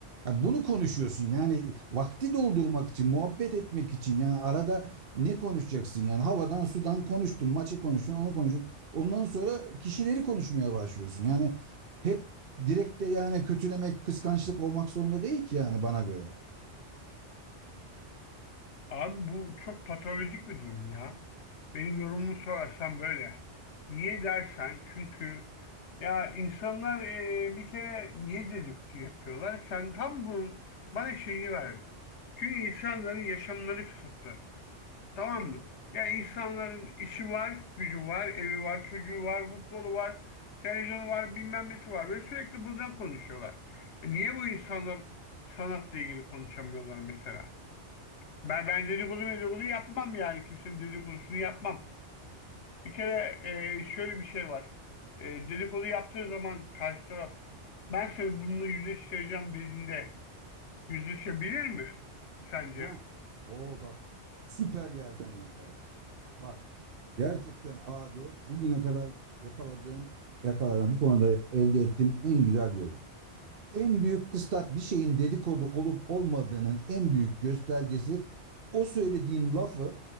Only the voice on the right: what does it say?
Ya bunu konuşuyorsun yani vakti doldurmak için, muhabbet etmek için yani arada ne konuşacaksın yani havadan sudan konuştun, maçı konuştun, onu konuştun. Ondan sonra kişileri konuşmaya başlıyorsun. Yani hep direkt de yani kötülemek, kıskançlık olmak zorunda değil ki yani bana göre.
Ha? Oo bak süper yerden yakaladın Bak gerçekten abi bugüne kadar yakaladığın yakaladığın bu konuda elde ettiğim en güzel yorum. En büyük kıstas bir şeyin dedikodu olup olmadığının en büyük göstergesi o söylediğin lafı